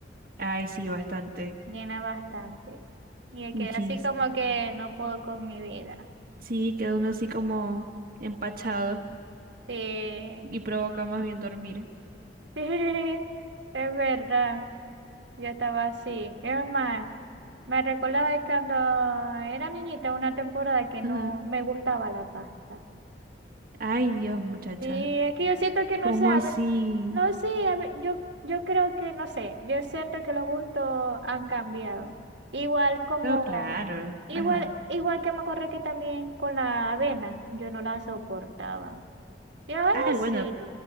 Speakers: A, on the right; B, on the right.
A: Ay, sí, bastante,
B: llena bastante. Y me
A: muchísimo.
B: quedé así como que no puedo con mi vida.
A: Sí, queda uno así como empachado
B: Sí, <laughs>
A: y provoca más bien dormir.
B: sí, es verdad, yo estaba así. Es más, me recordaba de cuando era niñita una temporada que
A: Ajá.
B: no me gustaba la pasta.
A: Ay, Dios, muchacha,
B: Sí, es que yo siento que no
A: ¿cómo
B: sé, a
A: así?
B: no sé, a ver, yo, yo creo que no sé, yo siento que los gustos han cambiado. Igual como,
A: No, claro,
B: igual,
A: ajá.
B: igual que me acordé que también con la avena, yo no la soportaba. Y ahora
A: Ay, bueno,
B: sí,